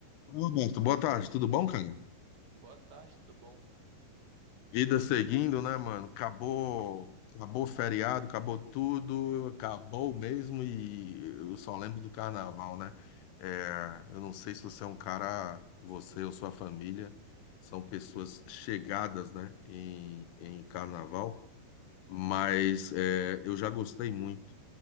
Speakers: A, on the left; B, on the right.
A: Roberto, boa tarde, tudo bom, cara?
B: Boa tarde, tudo bom?
A: Vida seguindo, né, mano? Acabou, acabou o feriado, acabou tudo, acabou mesmo e eu só lembro do carnaval, né? É, eu não sei se você é um cara, você ou sua família são pessoas chegadas, né, em, em carnaval, mas é, eu já gostei muito.